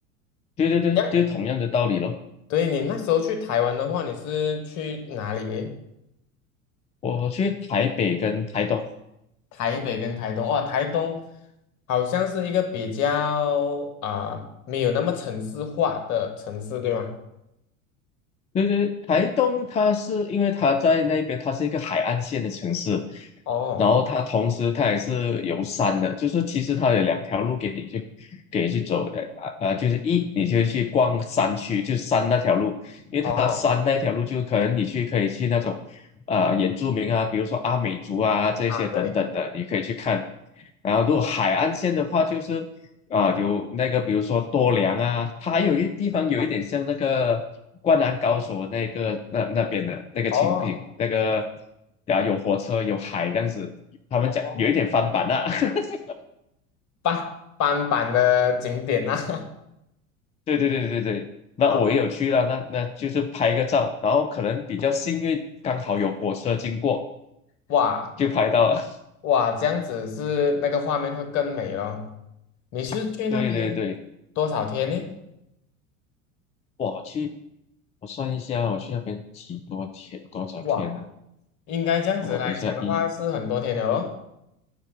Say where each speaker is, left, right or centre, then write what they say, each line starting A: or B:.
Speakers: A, on the left (about 15°); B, on the left (about 45°).
A: 对对对，
B: 这样
A: 就是同样的道理咯。
B: 对你那时候去台湾的话，你是去哪里诶？
A: 我去台北跟台东。
B: 台北跟台东哦，台东好像是一个比较啊、呃没有那么城市化的城市，对吗？
A: 对对，台东它是因为它在那边，它是一个海岸线的城市，
B: 哦
A: 然后它同时它也是有山的，就是其实它有两条路给你去给你去走的啊啊，就是一你就去逛山区，就山那条路，因为它山那条路就可能你去可以去那种啊、
B: 哦
A: 原住民啊，比如说阿美族啊这些等等的，
B: 啊，对。
A: 你可以去看。然后如果海岸线的话，
B: 哦
A: 就是啊，有那个，比如说多良啊，它还有一地方有一点像那个《灌篮高手》那个那那边的那个情景，
B: 哦
A: 那个啊有火车有海这样子，他们讲有一点翻版啊。
B: 哦，
A: <laughs>
B: 半半版的景点呐、<laughs>
A: 对对对对对，那我也有去了，
B: 啊，
A: 那那就是拍个照，然后可能比较幸运，刚好有火车经过
B: 哇
A: 就拍到了。
B: 哇，这样子是那个画面会更美咯。你是去那边多少天呢？
A: <laughs> 对对对，哇，去我算一下，我去那边几多天多少天呢、
B: 哇，
A: 啊？
B: 应该这样子来讲的话是很多天了咯。
A: 我等一下一